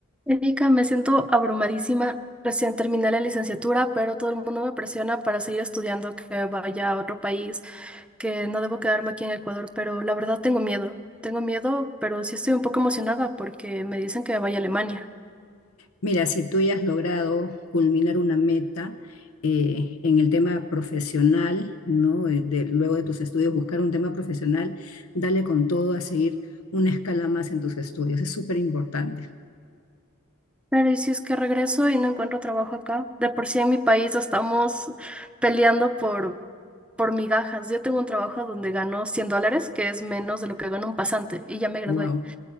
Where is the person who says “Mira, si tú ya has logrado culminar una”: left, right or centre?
Left